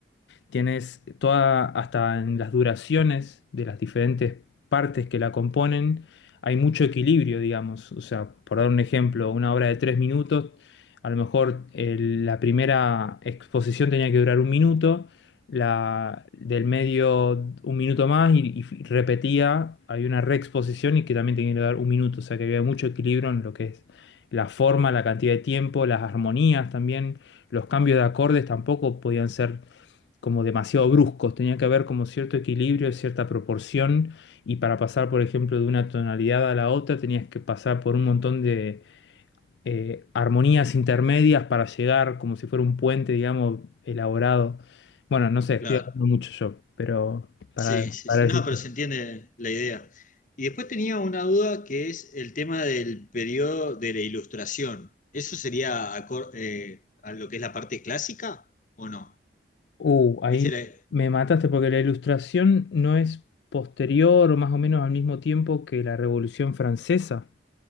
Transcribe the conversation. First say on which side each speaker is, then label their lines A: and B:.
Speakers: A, on the left; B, on the left.
A: Tienes toda, hasta en las duraciones de las diferentes partes que la componen, hay mucho equilibrio, digamos. O sea, por dar un ejemplo, una obra de tres minutos, a lo mejor el- la primera exposición tenía que durar un minuto, la del medio un minuto más y, y repetía, hay una reexposición y que también tenía que durar un minuto. O sea, que había mucho equilibrio en lo que es la forma, la cantidad de tiempo, las armonías también, los cambios de acordes tampoco podían ser como demasiado bruscos, tenía que haber como cierto equilibrio, cierta proporción, y para pasar, por ejemplo, de una tonalidad a la otra, tenías que pasar por un montón de eh, armonías intermedias para llegar como si fuera un puente, digamos, elaborado. Bueno, no sé, estoy
B: claro.
A: hablando mucho yo, pero para,
B: Sí, sí,
A: para
B: sí.
A: decirte.
B: No, pero se entiende la idea. Y después tenía una duda que es el tema del periodo de la ilustración. ¿Eso sería acor- eh, a lo que es la parte clásica o no?
A: Uh, ahí
B: ¿Viste? la-
A: me mataste porque la ilustración no es posterior o más o menos al mismo tiempo que la Revolución Francesa.